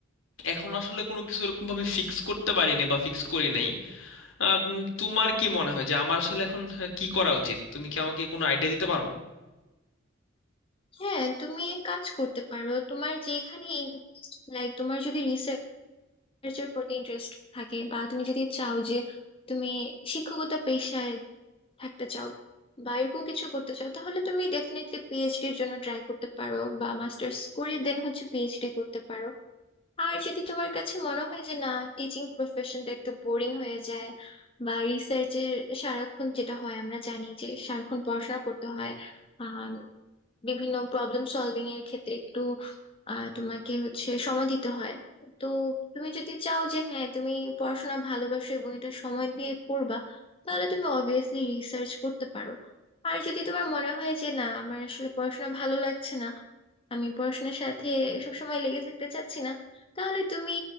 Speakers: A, on the left; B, on the left.
A: এখন আসলে কোনো কিছু এরকম ভাবে ফিক্স করতে পারিনি বা ফিক্স করি নাই আম, তোমার কি মনে হয় যে আমার আসলে এখন আহ, কি করা উচিত তুমি কি আমাকে কোনো আইডিয়া দিতে পারো
B: হ্যাঁ তুমি এক কাজ করতে পারো তোমার যেখানে ইন্টারেস্ট লাইক তোমার যদি রিসার্চের প্রতি ইন্টারেস্ট থাকে বা তুমি যদি চাও যে তুমি শিক্ষকতা পেশায় থাকতে চাও বা এরকম কিছু করতে চাও তাহলে তুমি ডেফিনেটলি পিএইচডির জন্য ট্রাই করতে পারো বা মাস্টার্স করে দেন হচ্ছে পিএইচডি করতে পারো আর যদি তোমার কাছে মনে হয় যে না টিচিং প্রফেশনটা একটু বোরিং হয়ে যায় বা রিসার্চের সারাক্ষণ যেটা হয় আমরা জানি যে সারাক্ষণ পড়াশোনা করতে হয় আহ বিভিন্ন প্রবলেম সলভিং এর ক্ষেত্রে একটু আহ তোমাকে হচ্ছে সময় দিতে হয় তো তুমি যদি চাও যে হ্যাঁ তুমি পড়াশোনা ভালোবাসো এবং এটা সময় দিয়ে করবা তাহলে তুমি অবভিয়াসলি রিসার্চ করতে পারো আর যদি তোমার মনে হয় যে না আমার আসলে পড়াশোনা ভালো লাগছে না আমি পড়াশোনার সাথে সবসময় লেগে থাকতে চাচ্ছি না তাহলে তুমি